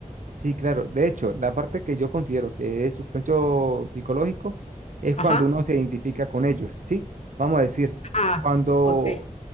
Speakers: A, on the right; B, on the left.
A: Sí, claro. De hecho, la parte que yo considero que es suspenso psicológico es
B: Ajá.
A: cuando uno se identifica con ellos, ¿sí? Vamos a decir,
B: Ah,
A: cuando
B: ok.